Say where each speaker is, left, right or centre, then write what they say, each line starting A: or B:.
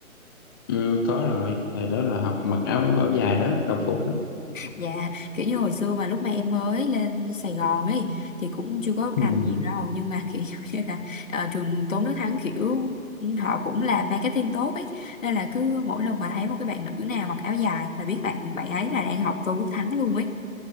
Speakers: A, on the left; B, on the left.
A: Ừ, có rồi thời đó là học mặc áo áo dài đó đồng phục đó
B: Dạ, kiểu như hồi xưa mà lúc mà em mới lên Sài Gòn ấy thì cũng chưa có
A: ừ.
B: rành nhiều đâu nhưng mà kiểu <laughs> như là ờ, trường Tôn Đức Thắng kiểu họ cũng làm marketing tốt ấy nên là cứ mỗi lần mà thấy một cái bạn nữ nào mặc áo dài là biết bạn bạn ấy là đang học Tôn Đức Thắng luôn ấy.